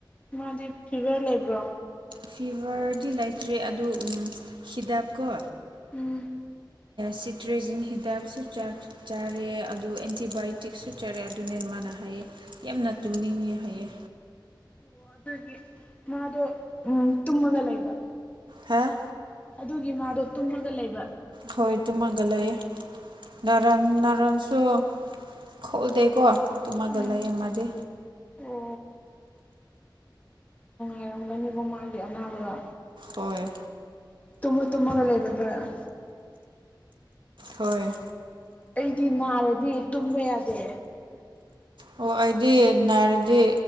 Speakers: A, on the left; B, on the right.
A: ꯃꯥꯗꯤ ꯐꯤꯚꯔ ꯂꯩꯕ꯭ꯔꯣ
B: ꯐꯤꯕꯔꯗꯤ ꯂꯩꯇ꯭ꯔꯤ ꯑꯗꯨ ꯍꯤꯗꯛꯀꯣ
A: ꯎꯝ
B: ꯁꯤꯇ꯭ꯔꯦꯖꯤꯟ ꯍꯤꯗꯛꯁꯨ ꯆꯥꯛ ꯆꯥꯔꯦ ꯑꯗꯨ ꯑꯦꯟꯇꯤꯕꯥꯏꯌꯣꯇꯤꯛꯁꯨ ꯆꯥꯔꯦ ꯑꯗꯨꯅꯦ ꯃꯥꯅ ꯍꯥꯏꯌꯦ ꯌꯥꯝꯅ ꯇꯨꯝꯅꯤꯡꯉꯦ ꯍꯥꯏꯌꯦ
A: ꯑꯣ ꯑꯗꯨꯒꯤ ꯃꯥꯗꯣ ꯎꯝ ꯇꯨꯝꯃꯒ ꯂꯩꯕ
B: ꯍꯥꯥ
A: ꯑꯗꯨꯒꯤ ꯃꯥꯗꯣ ꯇꯨꯝꯃꯒ ꯂꯩꯕ
B: ꯍꯣꯏ ꯇꯨꯝꯃꯒꯂꯩꯌꯦ ꯅꯔꯟ ꯅꯔꯟꯁꯨ ꯈꯣꯎꯗꯦꯀꯣ ꯇꯨꯝꯃꯒ
A: ꯎꯝ
B: ꯂꯩꯑ ꯃꯥꯗꯤ
A: ꯑꯣ ꯉꯥꯏꯔꯣꯡꯒꯅꯤꯀꯣ ꯃꯥꯒꯤ ꯑꯅꯥꯕꯗ
B: ꯍꯣꯏ
A: ꯇꯨꯝꯃ ꯇꯨꯝꯃꯒ ꯂꯩ ꯂꯩꯒꯗ꯭ꯔ
B: ꯍꯣꯏ
A: ꯑꯩꯗꯤ ꯅꯥꯔꯗꯤ ꯇꯨꯝꯕ ꯌꯥꯗꯦ꯫
B: ꯑꯣ ꯑꯩꯗꯤ ꯅꯥꯔꯗꯤ